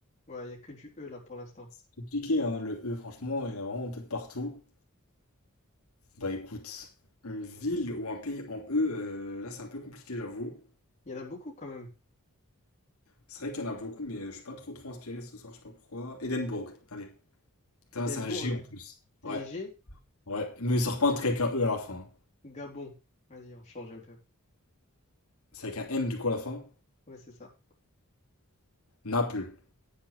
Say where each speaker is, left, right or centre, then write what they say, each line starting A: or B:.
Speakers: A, on the left; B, on the left.
A: Ouais, il y a que du E là pour l'instant.
B: C'est Compliqué, hein, le E, franchement, il y en a vraiment peut-être partout. Bah écoute, une ville ou un pays en E, euh, là c'est un peu compliqué, j'avoue.
A: Il y en a beaucoup quand même.
B: C'est vrai qu'il y en a beaucoup, mais je suis pas trop trop inspiré ce soir, je sais pas pourquoi. Édimbourg, allez. Putain,
A: Édimbourg.
B: C'est un G en plus.
A: C'est
B: Ouais,
A: un G.
B: ouais. Mais il sort pas un truc avec un E à la fin.
A: Gabon. Vas-y, on change un peu.
B: C'est avec un N du coup à la fin.
A: Ouais, c'est ça.
B: Naples.